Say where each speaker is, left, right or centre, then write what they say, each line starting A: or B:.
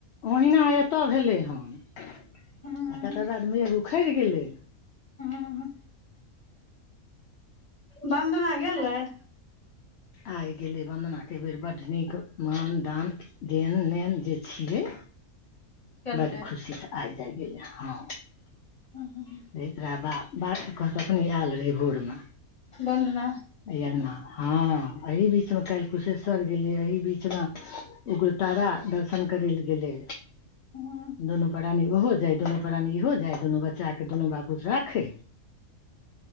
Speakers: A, on the left; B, on the left.
A: ओहिना एतय भेलै हन आ
B: हँ
A: तकर बाद मेघ उखड़ि गेलै
B: हँ बन्दना गेलय
A: आइ गेले वन्दना के बेर बड्ड नीक मान दान देन नेन जे छिये
B: केलकै
A: बड खुशीसँ आइ जाइ गेलै हँ।
B: <unintelligible>
A: <unintelligible> तोरा बा बात कह तखने आयल रही भोरमे
B: बन्दना
A: ऐ अंगना हँ एही बीचमे काल्हि कुशेश्व---र गेलियै एही बीचमे उग्रतारा दर्शन करै लए गेले
B: हूँ
A: दुनू प्राणी ओहो जाय दुनू प्राणी इहो जा। य दुनू बच्चा दुनू बापूत राखे।